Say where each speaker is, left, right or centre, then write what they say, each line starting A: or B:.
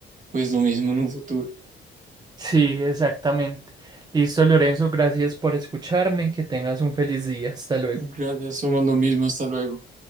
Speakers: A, on the right; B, on the right.
A: pues lo mismo en un futuro.
B: Sí, exactamente. Listo, Lorenzo, gracias por escucharme. Que tengas un feliz día. Hasta luego.
A: Gracias, somos lo mismo, hasta luego.